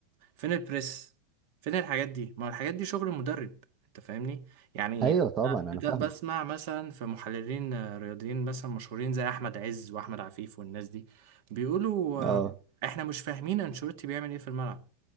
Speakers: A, on the right; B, on the right.
A: فين البريس فين الحاجات دي ما هو الحاجات دي شغل المدرب انت فاهمني يعني
B: ايوه طبعا
A: أنا بت-
B: انا فاهمه
A: بسمع مثلا في محللين آه، رياضيين مثلا مشهورين زي احمد عز واحمد عفيف والناس دي بيقولوا آه،
B: اه
A: احنا مش فاهمين انشيلوتي بيعمل ايه في الملعب